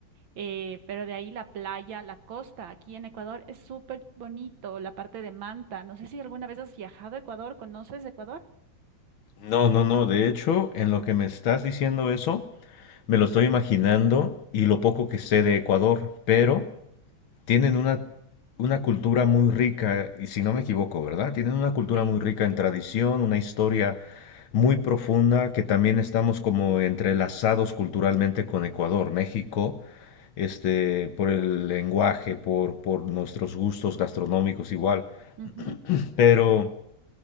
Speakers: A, on the right; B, on the left.
A: Eh, pero de ahí la playa, la costa, aquí en Ecuador es súper bonito, la parte de Manta. No sé si alguna vez has viajado a Ecuador, ¿conoces Ecuador?
B: no, no, no, de hecho, en lo que me estás diciendo eso... Me lo estoy imaginando y lo poco que sé de Ecuador, pero tienen una, una cultura muy rica, y si no me equivoco, ¿verdad? Tienen una cultura
A: Sí,
B: muy rica en tradición, una historia muy profunda, que también estamos como entrelazados culturalmente con Ecuador, México, este, por el lenguaje, por, por nuestros gustos gastronómicos igual.
A: Ujú,
B: Pero